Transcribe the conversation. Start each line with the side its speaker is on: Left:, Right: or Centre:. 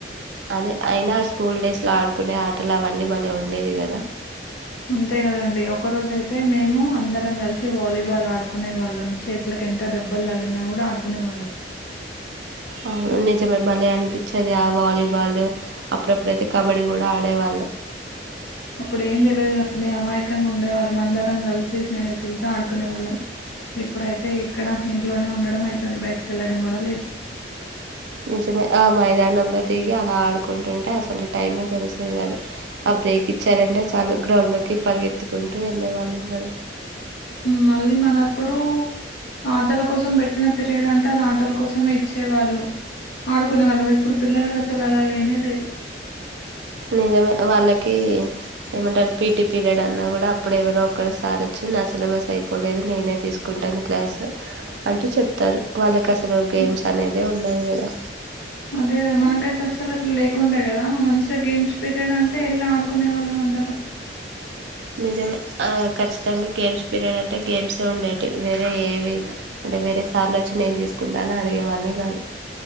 Right: అదే అయినా స్కూల్ డేస్ అట్లా ఆడుకునే ఆటలు అవన్నీ మళ్ళీ ఉండేవి కదా
Left: అంతే కదండి ఒకరోజ అైతే మేము అందరం కలిసి వాలీబాల్ ఆడుకునే వాళ్ళం చేతులకు ఎంత దెబ్బలు తగిలినా కూడా ఆడుకునే వాళ్ళం
Right: అవును నిజమే బల అని పిచ్చేది వాలీబాల్ అప్పుడప్పుడైతే కబడ్డీ కూడా ఆడేవాళ్ళు
Left: అప్పుడు ఏం తెలియదు కాండి అమాయకంగా ఉండే వాళ్ళం అందరం కలిసి స్నేహితులతో ఆడుకునే వాళ్ళం ఇప్పుడైతే ఇక్కడ ఇంట్లోనే ఉండడం అయితుంది బయటికెళ్ళడం కూడా లేదు
Right: నిజమే ఆ మైదాంనం లో దిగి ఆ ఆడుకుంటుంటే అసలు టైమే తెలిసేది కాదు ఆ బ్రేక్ ఇచ్చారంటే చాలు గ్రౌండ్ లోకి పరిగెత్తుకుంటూ వెళ్ళే వాళ్ళం కదా
Left: మళ్ళీ మనప్పుడు ఆటల కోసం పెట్టిన పి డంటే అది ఆటల కోసమే ఇచ్చేవాళ్ళు ఆడుకునే వాళ్ళం ఇప్పుడు పిల్లలకి అసలు అలా లేనే లేదు
Right: నిజమే వాళ్ళకి ఏమంటారు పీటీ పీరియడ్ అన్నా కూడా అప్పుడు ఎవరో ఒకరుసారి వచ్చి నా సిలబస్ అయిపోలేదు నేనే తీసుకుంటాను క్లాస్ అంటూ చెప్తారు వాళ్ళకి అసలు గేమ్స్
Left: హ్మ్,
Right: అనేదే ఉండదు కదా
Left: అదే కదా మనకైతే అస్సలు అట్లా లేకుండే కదా మంచి గేమ్స్ పీరియడ్ అంటే ఎల్లా ఆడుకునే వాళ్ళం అందరం
Right: నిజమే ఆ ఖచ్చితంగా గేమ్స్ పీరియడ్ అంటే గేమ్సే ఉండేటివి వేరే ఏవి అంటే వేరే సార్లొచ్చి నేను తీసుకుంటా అని అడిగేవాళ్ళే కాదు.